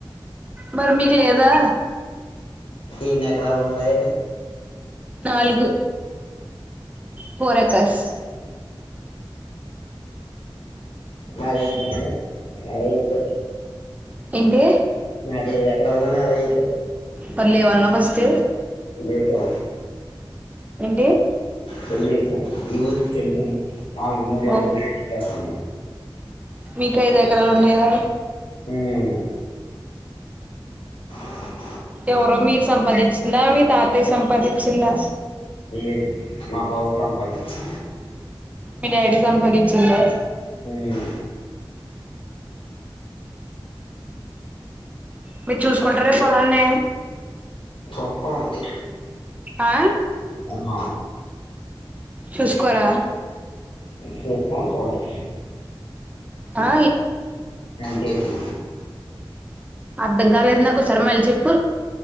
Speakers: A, on the right (about 15°); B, on the left (about 80°).
A: మరి మీకు లేదా
B: ఎన్ని ఎకరాలు ఉంది
A: నాలుగు పోర్ ఎకాస్
B: మాది ఐదు ఉంది అయితే
A: ఏంటి
B: నాకే ఎకర ఉన్నాయ్ అలాగైతే
A: మరి లేవన్నావ్ ఫస్ట్
B: లేదో
A: ఏంటి
B: సల్ సార్ ఎవరికి చెెంట నాలుగు మూడ
A: ఓ
B: చేస్తనాను
A: మీకు ఐద ఎకరాలు ఉన్నాయా
B: ఉమ్ అ
A: ఎవరో మీరు సంపాదించిందా మీ తాతయ్య సంపాదించిందా
B: లేదు మా బాబు సంపాదించి
A: మీ డాడీ సంపాదించిందా
B: ఉమ్
A: మీరు చూసుకుంటారే పొలాన్ని
B: చూస్తా ఉంటే
A: ఆ
B: ఆ
A: చూసుకోరా
B: చూతాము చోడం
A: ఆ
B: అంతే అది
A: అర్ధం కాలేదు నాకు ఒకసారి మళ్ళీ చెప్పు